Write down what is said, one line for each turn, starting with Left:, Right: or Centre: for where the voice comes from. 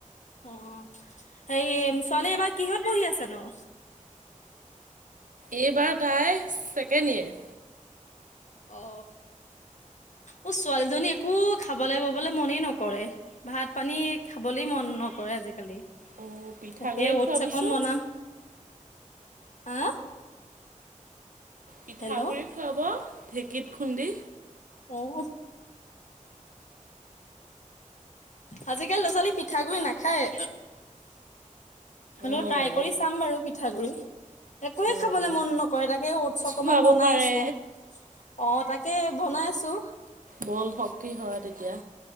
Left: অ হেৰি ছোৱালী এইবাৰ কিহত পঢ়ি আছে ন?
Right: এইবাৰ তাই ছেকেণ্ড ইয়েৰ।
Left: অ মোৰ ছোৱালীজনী একো খাবলৈ-ববলৈ মনেই নকৰে, ভাত পানী খাবলে মন নকৰে আজিকালি।
Right: অ পিঠাগু়ি
Left: তাকে অটছ
Right: খুৱাবচোন।
Left: অকন বনাম হা?
Right: পিঠাগুড়ি
Left: হেল্ল'
Right: খুৱাব ঢেঁকীত খুন্দি।
Left: অ'। আজিকালি ল'ৰা ছোৱালী পিঠাগুডৰি নাখায়। হ'লেও
Right: অঁ
Left: ট্ৰাই কৰি চাম বাৰু পিঠাগুৰি। একোৱে
Right: অঁ।
Left: খাবলৈ মন নকৰে। তাকে অটছ অকমান
Right: খুৱাব
Left: বনাই
Right: পাৰে
Left: আছোঁ। অ' তাক তাকে বনাই আছোঁ।
Right: বল শক্তি হয় তেতিয়া।